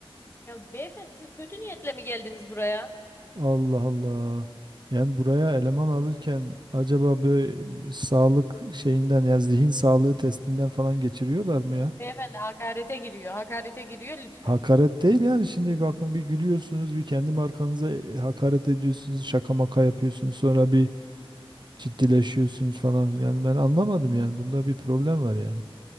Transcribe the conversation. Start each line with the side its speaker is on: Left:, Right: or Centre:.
Left: Ya beyefendi siz kötü niyetle mi geldiniz buraya?
Right: Allah Allah. Yani buraya eleman alırken acaba böyle sağlık şeyinden ya zihin sağlığı testinden falan geçiriyorlar mı ya?
Left: Beyefendi hakarete giriyor. Hakarete giriyor lütfen.
Right: Hakaret değil yani şimdi bakın bir gülüyorsunuz bir kendi markanıza e, hakaret ediyorsunuz şaka maka yapıyorsunuz sonra bir ciddileşiyorsunuz falan filan ben anlamadım yani bunda bir problem var yani.